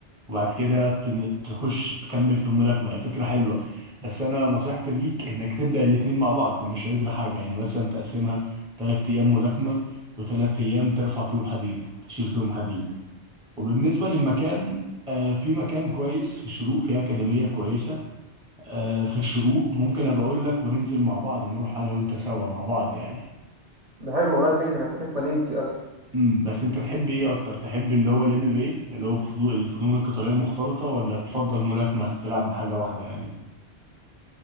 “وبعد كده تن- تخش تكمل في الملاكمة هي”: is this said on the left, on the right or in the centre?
Centre